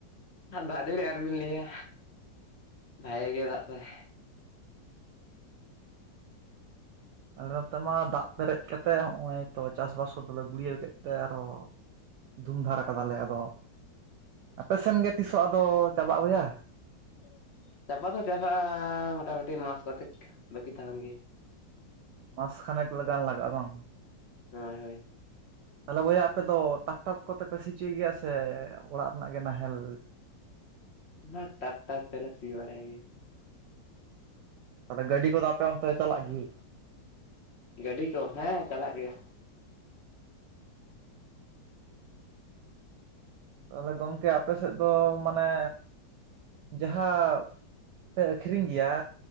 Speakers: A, on the left (about 50°); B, on the right (about 70°).
A: ᱟᱨ ᱫᱟᱜ ᱡᱟᱹᱲᱤ ᱟᱞᱚᱵᱤᱱ ᱞᱟᱹᱭᱟ ᱵᱷᱟᱜᱮ ᱜᱮ ᱫᱟᱜ ᱫᱟᱭ᱾
B: ᱟᱞᱮ ᱱᱚᱛᱮ ᱢᱟ ᱫᱟᱜ ᱯᱮᱨᱮᱡ ᱠᱟᱛᱮᱜ ᱦᱚᱜ-ᱚᱭ ᱛᱚ ᱪᱟᱥᱵᱟᱥ ᱠᱚᱫᱚᱞᱮ ᱜᱩᱲᱭᱟᱹᱣ ᱠᱮᱫ ᱛᱮ ᱟᱨᱚ ᱫᱷᱩᱢ ᱫᱷᱟᱨ ᱠᱟᱫᱟ ᱞᱮ, ᱟᱫᱚ ᱟᱯᱮᱥᱮᱱ ᱜᱮ ᱛᱤᱥᱚᱜ ᱟᱫᱚ ᱪᱟᱵᱟᱜ-ᱟ ᱵᱚᱭᱟ?
A: <unintelligible> ᱪᱟᱵᱟ ᱫᱚ ᱪᱟᱵᱟᱜ-ᱟ ᱢᱚᱴᱟᱢᱩᱴᱤ ᱢᱟᱥ ᱠᱚᱛᱮᱠ ᱵᱟᱹᱠᱤ ᱛᱟᱸᱦᱮᱱ ᱜᱮᱭᱟ᱾
B: ᱢᱟᱥ ᱠᱷᱟᱱᱮᱠ ᱞᱟ ᱜᱟᱱ ᱞᱟᱜᱟ-ᱟ ᱵᱟᱝ?
A: ᱦᱳᱭ ᱦᱳᱭ
B: ᱛᱟᱦᱚᱞᱮ ᱵᱚᱭᱦᱟ ᱟᱯᱮ ᱫᱚ ᱴᱟᱠᱴᱟᱨ ᱠᱚᱛᱮ ᱯᱮ ᱥᱤᱪᱚᱭ ᱜᱮᱭᱟ ᱥᱮ ᱚᱲᱟᱜ ᱨᱮᱱᱟᱜ ᱜᱮ ᱱᱟᱦᱮᱞ?
A: ᱚᱱᱟ ᱴᱟᱠᱨᱴᱟᱨ ᱛᱮ ᱞᱮ ᱥᱤ ᱵᱟᱲᱟᱭ ᱜᱮᱭᱟ᱾
B: ᱛᱟᱦᱞᱮ ᱜᱟᱹᱰᱤ ᱠᱚᱫᱚ ᱟᱯᱮ ᱚᱱᱛᱮ ᱪᱟᱞᱟᱜ ᱜᱮ?
A: ᱜᱟᱹᱰᱤ ᱠᱚ ᱦᱮᱸ ᱪᱟᱞᱟᱜ ᱜᱮᱭᱟ᱾
B: ᱛᱟᱦᱚᱞᱮ ᱜᱚᱝᱠᱮ ᱟᱯᱮ ᱥᱮᱫ ᱫᱚ ᱢᱟᱱᱮ ᱡᱟᱦᱟᱸᱼᱼ ᱯᱮ ᱟᱹᱠᱷᱨᱤᱧ ᱜᱮᱭᱟ,